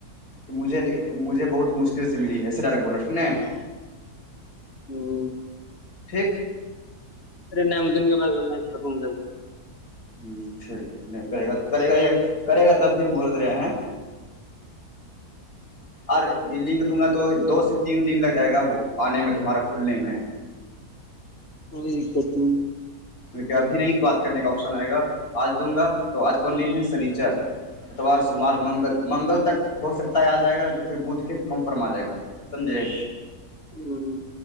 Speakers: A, on the left; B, on the left.
A: کہ مجھے مجھے بہت مشکل سے ملی ہے سر ڈر بول رہنا ٹھیک ن
B: ہوں
A: ٹھیک
B: ارے نم دن کے بعد میں کروں گا
A: ہ ٹھیک نہیں کرے گا تو کرے گا یہ کرے گا تب بھی ہم بولت رہے ہیں اور یہ لنک دوں گا تو دو سے تین دن لگ جائے گا وہ آنے میں تمہارا کھلنے میں
B: کوئی دقت نہیں
A: کی ابھی نہیں بات کرنے کا آپشن آئے گا آج دوں گا تو آج کون دن ہے شنیچر اتوار سمار منگل منگل تک ہو سکتا ہے آ جائے گا نا تو پھر بدھ کے کمفرم آ جائے گا سمجے
B: ہاں